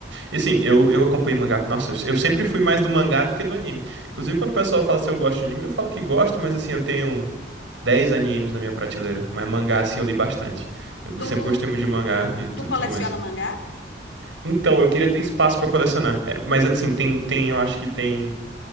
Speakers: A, on the right; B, on the left.
A: E sim, eu, eu acompanhei mangá. Nossa, eu, eu sempre fui mais do mangá do que do anime. Inclusive, quando o pessoal fala se eu gosto de anime, eu falo que gosto, mas assim, eu tenho 10 animes na minha prateleira. Mas mangá, assim, eu li bastante. Eu
B: Tu,
A: sempre gostei muito de mangá e tu-
B: tu coleciona
A: tudo mais.
B: mangá?
A: Então, eu queria ter espaço pra colecionar. É, mas assim, tem, tem, eu acho que tem.